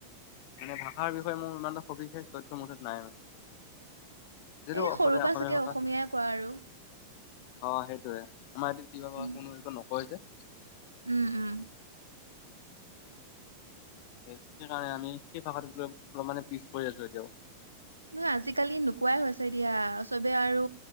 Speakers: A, on the left; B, on the right.
A: মানে ভাষাৰ বিষয়ে মোৰ ইমান সবিশেষ তথ্য মুঠাত নাই মানে। যিটো
B: এ
A: অসমীয়া-অসমীয়া
B: সৰুৰ পৰা চাগে
A: ভাষা
B: অসমীয়াই
A: শ- অ',
B: কোৱা আৰু
A: সেইটোয়ে আমাৰটো তিৱা
B: উম
A: কোনো একো নকয় যে।
B: উম, উম।
A: সেইকাৰণে আমি সেই ভাষাটোত গৈ অলপ মানে পিছ পৰি আছো এতিয়াও।
B: ন আজিকালি নোকোৱাই হৈছে এতিয়া চবে আৰু